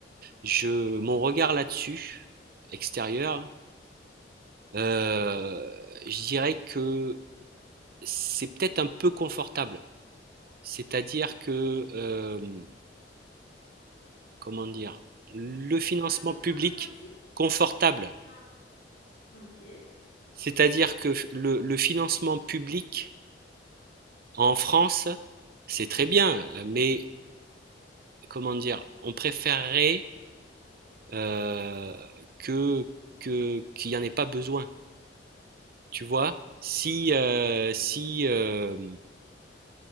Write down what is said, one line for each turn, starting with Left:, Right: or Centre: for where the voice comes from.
Right: Je, mon regard là-dessus, extérieur, euh, je dirais que c'est peut-être un peu confortable. C'est-à-dire que, euh, comment dire, le financement
Left: C'est un peu
Right: public
Left: quoi tu as dit
Right: confortable.
Left: un... Ok,
Right: C'est-à-dire que le, le financement public en France, c'est très bien, euh, mais comment dire, on préférerait euh, que, que- qu'il n'y en ait pas besoin, tu vois? Si, euh, si, euh,